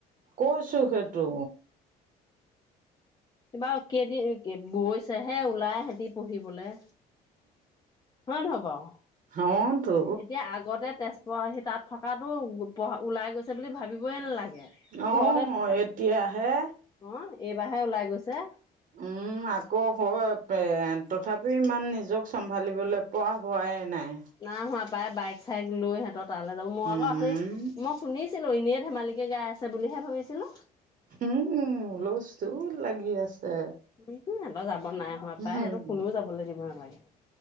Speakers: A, on the right; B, on the left.
A: কৈছো সেইটো।
B: কিবা কেইদিন বৈছেহে ওলাই সেতি পঢ়িবলৈ। হয় নে নহয় বাও।
A: হটো।
B: এতিয়া আগতে তেজপুৰ সি তাত থকাতো ওলাই গৈছে বুলি ভাবিবই নালাগে।
A: অ
B: ঘৰতে থকা
A: এতিয়া হে।
B: অ এইবাৰহে ওলাই গৈছে।
A: উম। আকৌ এ তথাপি ইমান নিজক চম্ভালিবলৈ পোৱা হোৱাই নাই।
B: নাই হোৱা প্ৰায় বাইক চাইক লৈ সিহঁত তালৈ যাব মো
A: উম,
B: আ উঠনি। মই শুনিছিলো এনেই ধেমালিকে গাই আছে বুলিহে ভাবিছিলো।
A: উম লজটো লাগি আছে।
B: <inaudible> সিহতৰ যাব নাই হোৱা পায়
A: হম
B: সিহতক কোনো যাবলি দিব নালাগে।